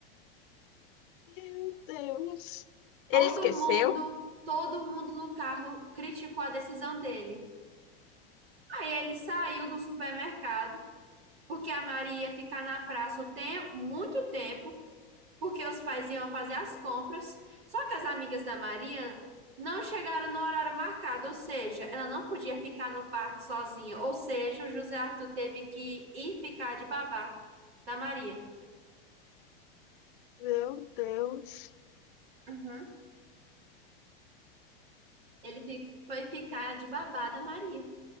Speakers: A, on the left (about 60°); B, on the right (about 80°).
A: Meu Deus.
B: Todo
A: Ele esqueceu?
B: mundo, todo mundo no carro criticou a decisão dele. Aí ele saiu do supermercado, porque a Maria ia ficar na praça o tem muito tempo porque os pais iam fazer as compras, só que as amigas da Maria não chegaram no horário marcado, ou seja, ela não podia ficar no parque sozinha, ou seja, o José Arthur teve que ir ficar de babá da Maria.
A: Meu Deus.
B: Uhum. Ele fi- foi ficar de babá da Maria.